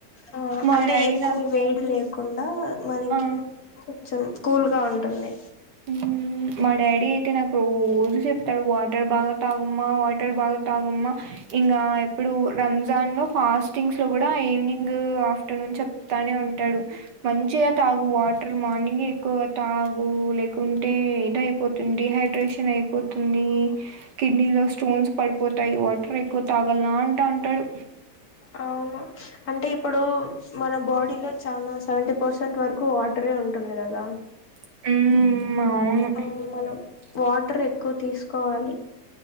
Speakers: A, on the left (about 60°); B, on the right (about 80°).
A: ఆ
B: మా
A: అంటే
B: డాడీ
A: ఎక్కువ
B: నాకు
A: వేడి లేపు కుండా మనకి
B: ఆ
A: కొంచం కూల్ గా ఉంటుంది
B: మ్ మా డాడీ అయితే నాకు రోజు చెప్తాడు వాటర్ బాగా తాగమ్మా వాటర్ బాగా తాగమ్మా ఇంకా ఎప్పుడు రంజాన్ లో ఫాస్టింగ్స్ లో కూడా ఈవినింగ్ ఆఫ్టర్నూన్ చెప్ తానే ఉంటాడు మంచిగా తాగు వాటర్ మార్నింగె ఎక్కువగా తాగు లే కుంటే ఇది అయిపోతుంది డిహైడ్రేషన్ అయిపోతుంది కిడ్నీ లో స్టోన్స్ పడిపోతు టాయి వాటర్ ఎక్కువ తాగలా అంట ఉంటాడు
A: అవును అంటే ఇపు ప్పుడు మన బాడీ లో చాలా సెవెంటీ పర్సెంట్ వరకు వాట్ టుర్రె ఉంటుంది కదా
B: ఉమ్ ఉమ్
A: ఆ
B: అవును
A: మనం వాటర్ ఎక్కువ తీసు కోవాలి